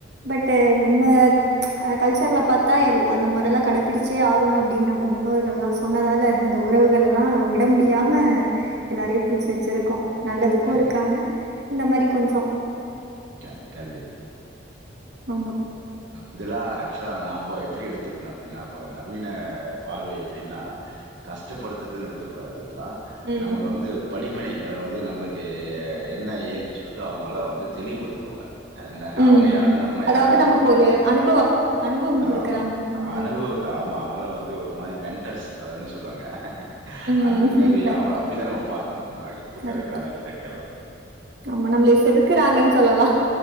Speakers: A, on the right; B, on the right.
A: பட் நம்ம அ கல்ச்சர்ல பாத்தா எல் அந்த மொறல்லா கடபிடிச் த்தே ஆகணு அப்டின் நம்ம முன்னோர்கள்லா சொன்னதால அந்த உறவுகள் எல்லா விட முடியாம எல்லாரையு புடிச்சு வச்சிருக்கோ நல்லதுக்கு
B: கம்
A: இருக்காங்க இந்த மாரி கொஞ்ச
B: க கண்டிப்பா
A: ஆமா.
B: இதெல்லா ஆக்சுவலா நாம்ப எப்புடி எடுத் துக்ணு அப்படின்னா இப்ப நவீன பார்வை எப்படின்னா கஷ்டப்படுத்துதுன் எடுத்துக்கூடாது இதல்லா
A: ம்.
B: நமக்கு வந்து படிப்பினை அதாவுது நம்மளுக்கு என்ன ஏதுனு சொல்ட்டு அவங்கல்லா வந்து தெளிவுபடுத்துறவங்க
A: ம்.
B: அவங்க யாரு நம்ம
A: அதாவது
B: யாருங்கிறது
A: நமக்கு ஒரு
B: வந்து
A: அனுபவம் அனுபவம் குடுக்குறாங்க
B: ஆமா
A: அது மூலியமா.
B: அனுபவத்த ஆமா அவங்கலா வந்து ஒரு மாரி மென்டர்ஸ் அதென்ன சொல்லுவாங்க
A: ம்.
B: அந்த மாரி
A: கரெக்ட்,
B: அவங்க அப்புடிதா நம்ம பாக்கணும் ஆ இப்பக்கற
A: கரெக்ட்.
B: காலகட்டங்கல்ல
A: ஆமா நம்மளய செதுக்குறாங்கன் சொல்லலா